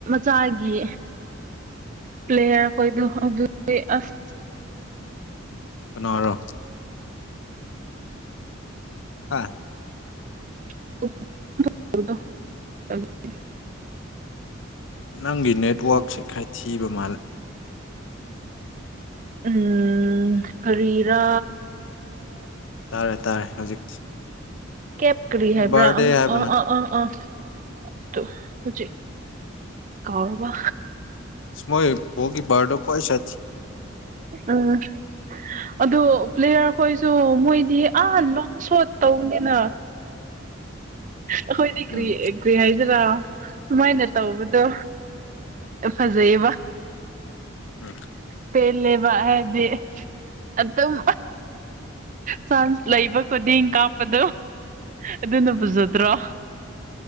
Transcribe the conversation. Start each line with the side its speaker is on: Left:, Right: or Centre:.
Right: ꯆꯥꯒꯤ ꯄ꯭ꯂꯦꯌꯔ ꯑꯩꯈꯣꯏꯗꯣ ꯑꯗꯨꯗꯤ ꯑꯁ
Left: ꯑꯟꯅꯔꯣ ꯑꯥ
Right: <unintelligible>
Left: ꯅꯪꯒꯤ ꯅꯦꯠꯋꯥꯛꯛꯁꯦ ꯈꯔ ꯊꯤꯕ ꯃꯥꯜꯂꯦ
Right: ꯎꯝꯔꯤꯔꯥ
Left: ꯇꯥꯔꯦ ꯇꯥꯔꯦ ꯍꯧꯖꯤꯛꯇꯤ
Right: ꯀꯦꯞ ꯀꯔꯤ ꯍꯥꯏꯕ꯭ꯔꯥ
Left: ꯕꯥꯔꯗꯦ
Right: ꯑ
Left: ꯍꯥꯏꯕꯅ
Right: ꯑ ꯑ ꯑ ꯑ ꯍꯧꯖꯤꯛ ꯍꯧꯖꯤꯛ ꯀꯕꯥ
Left: ꯁꯃꯣꯏ ꯀꯣꯒꯤꯤ ꯄꯕꯥꯗꯣꯛ ꯀꯣꯣꯏ ꯁꯥ
Right: ꯎꯝ ꯑꯗꯨ ꯄ꯭ꯂꯦꯌꯔꯈꯣꯏꯁꯨ ꯃꯣꯏꯗꯤ ꯑꯥ ꯂꯣꯡ ꯁꯣ ꯇꯧꯅꯤꯅ ꯑꯩꯈꯣꯏꯗꯤ ꯀꯔꯤ
Left: ꯎꯝ
Right: ꯀꯔꯤ ꯍꯥꯏꯖꯔꯥ ꯁꯨꯃꯥꯏꯅ ꯇꯧꯕꯗꯣ ꯐꯖꯩꯌꯦꯕ
Left: ꯎꯝ
Right: ꯄꯦꯂꯦꯕ ꯍꯥꯏꯗꯤ ꯑꯗꯨ ꯑꯗꯨꯝ ꯆꯥꯟꯁ ꯂꯩꯕ ꯈꯨꯗꯤꯡ ꯀꯥꯞꯄꯗꯣ ꯑꯗꯨꯅ ꯄꯨꯖꯗ꯭ꯔꯣ
Left: ꯎꯝ